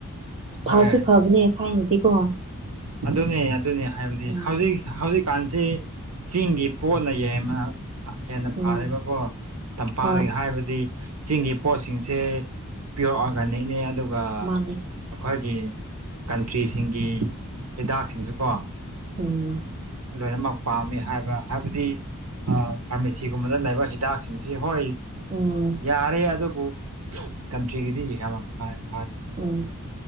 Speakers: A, on the right; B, on the right.
A: ꯍꯣꯏ
B: ꯐꯁꯨ ꯐꯕꯅꯦ ꯊꯥꯏꯅꯗꯤꯀꯣ
A: ꯑꯗꯨꯅꯦ ꯑꯗꯨꯅꯦ ꯍꯥꯏꯕꯗꯤ
B: ꯎꯝ
A: ꯍꯧꯖꯤꯛ ꯍꯧꯖꯤꯛ ꯀꯥꯟꯁꯤ ꯆꯤꯡꯒꯤ ꯄꯣꯠꯅ ꯌꯦꯡꯕꯅ ꯑ ꯍꯦꯟꯅ
B: ꯎꯝ
A: ꯐꯔꯦꯕꯀꯣ ꯇꯝꯄꯥꯛꯗꯒꯤ
B: ꯍꯣꯏ
A: ꯍꯥꯏꯕꯗꯤ ꯆꯤꯡꯒꯤ ꯄꯣꯠꯁꯤꯡꯁꯦ ꯄꯤꯌꯣꯔ ꯑꯣꯔꯒꯥꯅꯤꯛꯅꯤ ꯑꯗꯨꯒ
B: ꯃꯥꯅꯤ
A: ꯑꯩꯈꯣꯏꯒꯤ ꯀꯟꯇ꯭ꯔꯤꯁꯤꯡꯒꯤ ꯍꯤꯗꯥꯛꯁꯤꯡꯁꯨꯀꯣ
B: ꯎꯝ
A: ꯂꯣꯏꯅꯃꯛ ꯄꯥꯝꯃꯤ ꯍꯥꯏꯕ ꯍꯥꯏꯕꯗꯤ ꯐꯥꯔꯃꯦꯥꯁꯤꯒꯨꯝꯕꯗ ꯂꯩꯕ ꯍꯤꯗꯥꯛꯁꯤꯡꯁꯤ ꯍꯣꯏ
B: ꯎꯝ
A: ꯌꯥꯔꯦ ꯑꯗꯨꯕꯨ ꯀꯟꯇ꯭ꯔꯤꯒꯤꯗꯤ ꯌꯥꯝ ꯐꯥꯏ
B: ꯎꯝ